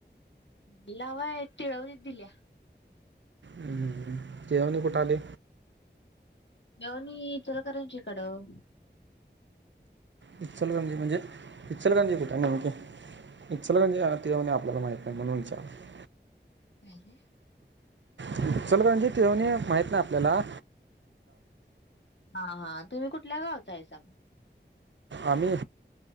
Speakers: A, on the left; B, on the right.
A: तिला व्हय तीळवलीत दिल्या.
B: हूं हूं हूं तीळवनी कुठ आली
A: तिळवंनी ईचलकरंजीकडं
B: ईचलकरणंजी म्हणजे ईचलकरणंजी कुठय नेमकी इचलकरणंजी आणि तीळवणी आपल्याला माहीत नाय म्हणून इचारलं
A: काय ते
B: इचलकरणंजी, तीळवणी माहित नाय आपल्याला
A: हा हा, तुम्ही कुठल्या गावाचा हायसा म
B: आम्ही